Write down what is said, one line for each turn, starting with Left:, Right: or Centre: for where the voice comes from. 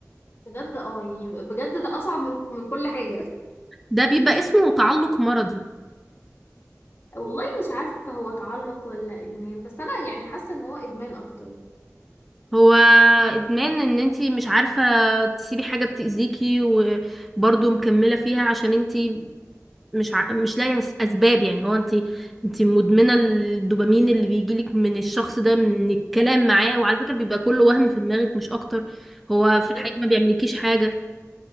Left: بجد اه يعني بجد ده أصعب من من كل حاجة
Centre: ده بيبقى اسمه تعلق مرضي
Left: والله مش عارفة هو تعلق ولا إدمان بس أنا يعني حاسة إن هو إدمان أكتر
Centre: هو ادمان ان انتي مش عارفه تسيبي حاجه بتاذيكي وبرضه مكمله فيها عشان انتي مش ع... مش لاقيه أس- اسباب يعني هو انت انت مدمنه الدوبامين اللي بيجيلك من الشخص ده من الكلام معاه وعلى فكره بيبقى كله وهم في دماغك مش اكتر هو
Left: بالظبط
Centre: في الحقيقه ما بيعملكيش حاجه